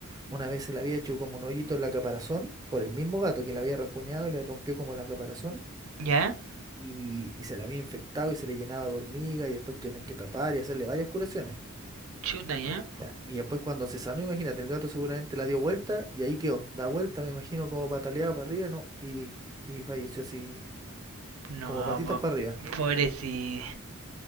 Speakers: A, on the right; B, on the right.
A: una vez se le había hecho como un hoyito en la caparazón por el mismo gato que la había rasguñado y le rompió como la caparazón
B: ¿Ya?
A: y, y se la había infectado y se le llenaba de hormiga y después tuvieron que tapar y hacerle varias curaciones.
B: Chuta, ya.
A: Ya. Y después cuando se sanó, imagínate, el gato seguramente la dio vuelta y ahí quedó. Da vuelta, me imagino, como pataleaba para arriba, ¿no? Y, y falleció así,
B: No,
A: como patitas
B: po-
A: para arriba.
B: pobrecito.